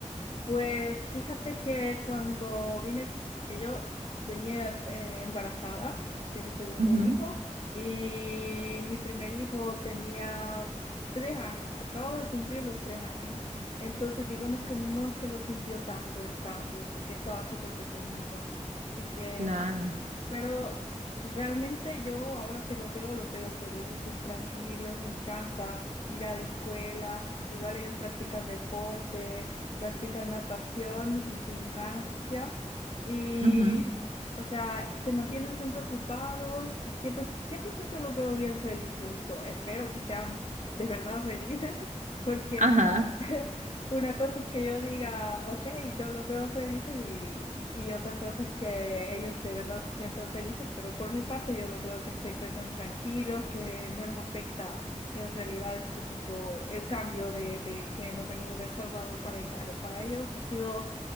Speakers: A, on the left (about 45°); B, on the right (about 75°).
A: Pues fíjate que cuando vine, porque yo venía eh, embarazada de mi segundo
B: Ujú,
A: hijo y mi primer hijo tenía tres años, acabo de cumplir los tres años. Entonces digamos que no es que lo sintió tanto el cambio, porque estaba súper pequeñito. Así que
B: claro.
A: pero realmente yo ahora que los veo, los veo felices, tranquilos, les encanta ir a la escuela. Igual ellos practican deporte, practican natación y gimnasia. Y,
B: Ujú.
A: o sea, se mantienen siempre ocupados y siempre, siempre, siempre los veo bien felices. Yo espero que sean de verdad felices <laughs> porque
B: Ajá,
A: <laughs> Una cosa es que yo diga, ok, yo los veo felices y, y otra cosa es que ellos de verdad se sientan felices, pero por mi parte yo los veo que se encuentran tranquilos, que no les afecta en realidad este tipo, el cambio de, de que nos venimos de El Salvador para Italia. Para ellos ha sido